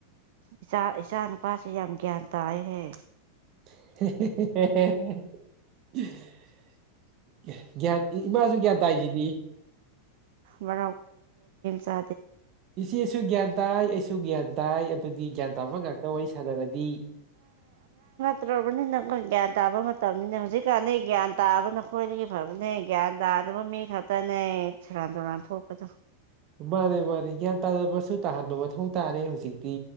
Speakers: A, on the right; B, on the right.
A: ꯏꯆꯥ ꯏꯆꯥ ꯅꯨꯄꯥꯁꯤ ꯌꯥꯝ ꯒ꯭ꯌꯥꯟ ꯇꯥꯏꯍꯦ
B: <unintelligible> ꯒ꯭ꯌꯥꯟ ꯏꯃꯥꯁꯨ ꯒ꯭ꯌꯥꯟ ꯇꯥꯏꯁꯤꯗꯤ
A: ꯃ ꯃꯦꯟꯁ
B: ꯏꯆꯦꯁꯨ ꯒ꯭ꯌꯥꯟꯗꯥꯏ ꯑꯩꯁꯨ ꯒ꯭ꯌꯥꯟꯗꯥꯏ ꯑꯗꯨꯗꯤ ꯒ꯭ꯌꯥꯟ ꯇꯥꯕ ꯉꯥꯛꯇ ꯋꯥꯔꯤ ꯁꯥꯟꯅꯔꯗꯤ
A: ꯐꯠꯇ꯭ꯔꯕꯅꯤꯅ ꯑꯩꯈꯣꯏ ꯒ꯭ꯌꯥꯟ ꯇꯥꯕ ꯃꯇꯝꯅꯤꯅ ꯍꯧꯖꯤꯛꯀꯥꯟꯗꯤ ꯒ꯭ꯌꯥꯟ ꯇꯥꯕ ꯅꯈꯣꯏꯗꯒꯤ ꯐꯕꯅꯦ ꯒ꯭ꯌꯥꯟ ꯇꯥꯗꯕ ꯃꯤ ꯈꯇꯅꯦ ꯁꯨꯔꯥꯟ ꯇꯧꯨꯔꯥꯟ ꯊꯣꯛꯄꯗꯣ
B: ꯃꯥꯦ ꯃꯥꯦ ꯒ꯭ꯌꯥꯟ ꯇꯥꯅꯕꯁꯨ ꯇꯥꯍꯟꯕ ꯃꯊꯧ ꯇꯥꯔꯦ ꯍꯧꯖꯤꯛꯇꯤ